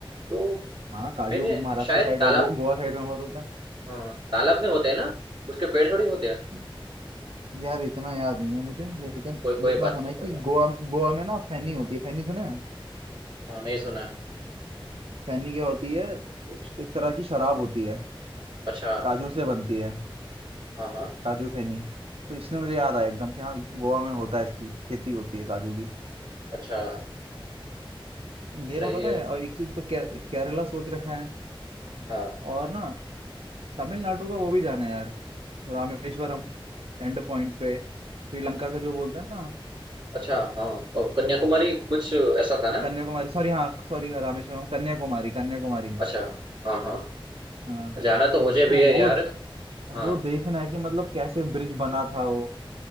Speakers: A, on the right (about 60°); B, on the right (about 85°).
A: तो
B: हाँ काजू
A: मैंने
B: महाराष्ट्र
A: शायद
B: साइड
A: तालाब
B: और गो, गोवा साइड में बहुत होता
A: हाँ तालाब में होते हैं ना उसके पेड़ थोड़ी होते हैं
B: है यार इतना याद नहीं है मुझे लेकिन
A: कोई कोई
B: ये इतना
A: बात
B: सुना
A: नहीं
B: है
A: कोई
B: कि
A: बात नहीं
B: गोवा गोवा में ना फैनी होती है फैनी सुना है
A: हाँ नहीं सुना
B: फैनी क्या होती है एक एक तरह की शराब होती है
A: अच्छा
B: काजू से बनती है
A: हाँ हाँ
B: काजू फेनी तो इसने मुझे याद आया एकदम कि हाँ गोवा में होता है इसकी खेती होती है काजू की
A: अच्छा
B: मेरा
A: सही
B: पता
A: है
B: है और एक चीज तो के, केरला सोच रखा है
A: हाँ
B: और ना तमिलनाडु का वो भी जाना है यार रामेश्वरम एंड पॉइंट पे श्रीलंका का जो बोलते हैं ना
A: अच्छा हाँ और कन्याकुमारी कुछ ऐसा था ना
B: कन्याकुमारी सॉरी हाँ सॉरी रामेश्वरम कन्याकुमारी कन्याकुमारी में
A: अच्छा हाँ हाँ
B: हाँ
A: जाना तो मुझे भी
B: तो
A: है
B: वो
A: यार हाँ
B: वो देखना है कि मतलब कैसे ब्रिज बना था वो